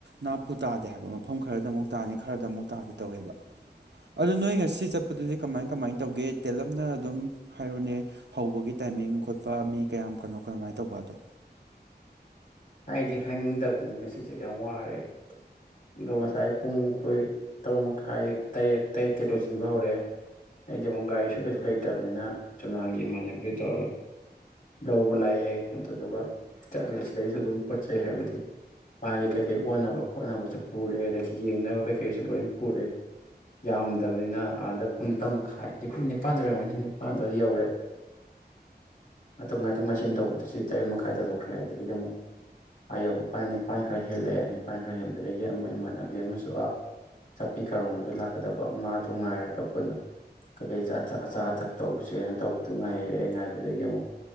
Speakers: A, on the right (about 85°); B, on the left (about 55°).
A: ꯅꯥꯞꯄꯨ ꯇꯥꯗꯦ ꯍꯥꯏꯕ ꯃꯐꯝ ꯈꯔꯗ ꯑꯃꯨꯛ ꯇꯥꯅꯤ ꯈꯔꯗ ꯑꯃꯨꯛ ꯇꯥꯗꯤ ꯇꯧꯋꯦꯕ ꯑꯗꯨꯗ ꯅꯣꯏ ꯉꯁꯤ ꯆꯠꯄ ꯑꯗꯨꯗꯤ ꯀꯃꯥꯏ ꯀꯃꯥꯏꯅ ꯇꯧꯒꯦ ꯇꯦꯜꯂꯞꯅ ꯑꯗꯨꯝ ꯍꯥꯏꯔꯨꯅꯦ ꯍꯧꯕꯒꯤ ꯇꯥꯏꯃꯤꯡ ꯈꯣꯠꯄ ꯃꯤ ꯀꯌꯥꯝ ꯀꯅꯣ ꯀꯃꯥꯏꯅ ꯇꯧꯕ ꯑꯗꯣ
B: ꯑꯩꯗꯤ ꯍꯥꯏꯅꯤꯡꯗꯕꯅꯤ ꯉꯁꯤꯁꯦ ꯌꯥꯝ ꯋꯥꯔꯦ ꯑꯗꯣ ꯉꯁꯥꯏ ꯄꯨꯡ ꯈꯣꯏ ꯇꯔꯨꯛ ꯃꯈꯥꯏ ꯇꯔꯦꯠ ꯇꯔꯦꯠꯇꯩ ꯂꯣꯏꯁꯤꯟꯕ ꯍꯧꯔꯦ ꯑꯩꯗꯤ ꯑꯃꯨꯛ ꯒꯥꯔꯤꯁꯨ ꯀꯩꯁꯨ ꯂꯩꯇꯕꯅꯤꯅ ꯆꯨꯅꯥꯟꯒꯤ ꯏꯃꯥꯟꯅꯕꯤꯗꯨ ꯇꯧꯔꯦ ꯂꯧꯕ ꯂꯥꯛꯑꯦ ꯑꯗꯨꯗꯨꯒ ꯆꯠꯂꯦ ꯁꯤꯗꯩꯁꯨ ꯑꯗꯨꯝ ꯄꯣꯠ ꯆꯩꯩ ꯍꯥꯏꯕꯗꯤ ꯃꯥꯒꯤ ꯀꯩꯀꯩ ꯑꯣꯟꯅꯕ ꯈꯣꯠꯅꯕꯁꯨ ꯄꯨꯔꯦ ꯑꯗꯒꯤ ꯌꯦꯡꯅꯕ ꯀꯩꯀꯩꯁꯨ ꯂꯣꯏ ꯄꯨꯔꯦ ꯌꯥꯝꯗꯕꯅꯤꯅ ꯑꯥꯗ ꯄꯨꯡ ꯅꯤꯄꯥꯥꯟ ꯃꯈꯥꯏ ꯅꯤꯄꯥꯜ ꯑꯣꯏꯔꯝꯒꯅꯤ ꯅꯤꯄꯥꯜ ꯑꯗꯨꯋꯥꯏꯗ ꯌꯧꯔꯦ ꯃꯇꯝ ꯉꯥꯏꯊꯣꯛ ꯉꯥꯏꯁꯤꯟ ꯇꯧꯕꯗꯁꯤ ꯇꯔꯦꯠ ꯃꯈꯥꯏ ꯇꯥꯗꯣꯛꯈ꯭ꯔꯦ ꯑꯗꯨꯗꯒꯤꯗꯤ ꯑꯃꯨꯛ ꯑꯥ ꯌꯧꯕ ꯀꯥꯟꯗ ꯅꯤꯄꯥꯟ ꯈꯔ ꯍꯦꯜꯂꯛꯑꯦ ꯅꯤꯄꯥꯟ ꯈꯔ ꯍꯦꯟꯕꯗꯒꯤ ꯑꯃ ꯏꯃꯥꯟꯅꯕꯤ ꯑꯃꯁꯨ ꯑꯥ ꯆꯥꯄꯤ ꯀꯥꯔꯣꯡ ꯔꯣꯝꯗ ꯂꯥꯛꯀꯗꯕ ꯃꯥꯗꯣ ꯉꯥꯏꯔꯒ ꯄꯨꯟꯅ ꯀꯩꯀꯩ ꯆꯥꯊꯛ ꯑꯆꯥ ꯑꯊꯛ ꯇꯧꯁꯦꯅ ꯇꯧꯕꯗꯨ ꯉꯥꯏꯔꯛꯑꯦ ꯉꯥꯏꯕꯗꯒꯤ ꯑꯃꯨꯛ